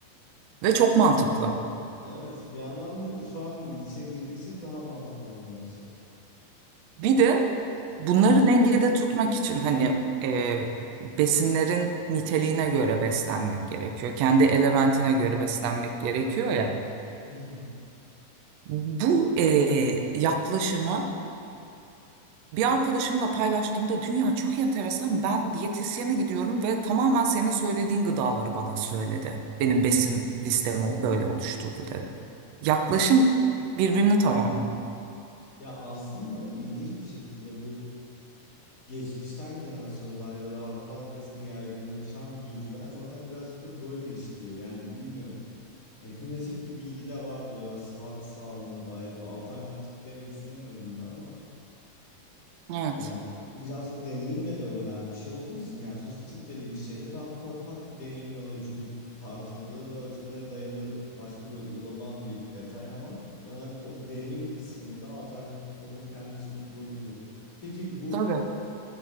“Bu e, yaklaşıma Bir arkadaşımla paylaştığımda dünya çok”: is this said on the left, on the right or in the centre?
Right